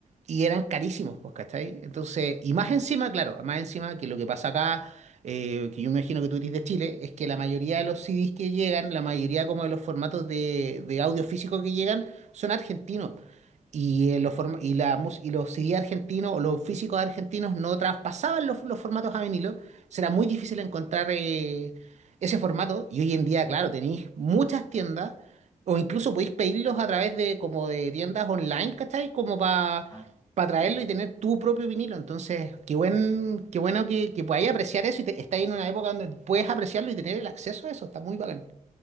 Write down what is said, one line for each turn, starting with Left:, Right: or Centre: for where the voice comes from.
Right: y eran carísimos, pues, ¿cachai? Entonces, y
Left: claro,
Right: más encima, claro, más encima que lo que pasa acá, eh, que yo me imagino que tú eres de Chile, es que la mayoría de los CDs que llegan, la mayoría como de los formatos de, de audio físico que llegan, son argentinos. Y, eh, los
Left: sí.
Right: forma- y, la mus- y los CD argentinos o los físicos argentinos no traspasaban los, los formatos a vinilo. Será muy difícil encontrar eh, ese formato. Y hoy en día, claro, tenéis muchas tiendas o incluso podéis pedirlos a través de como de tiendas online, ¿cachai? Como para
Left: Ah,
Right: traerlo
Left: sí,
Right: y tener tu propio vinilo. Entonces, qué buen, qué bueno que, que podáis apreciar eso y te, estáis en una época donde puedes apreciarlo y tener el acceso a eso. Está muy bacán.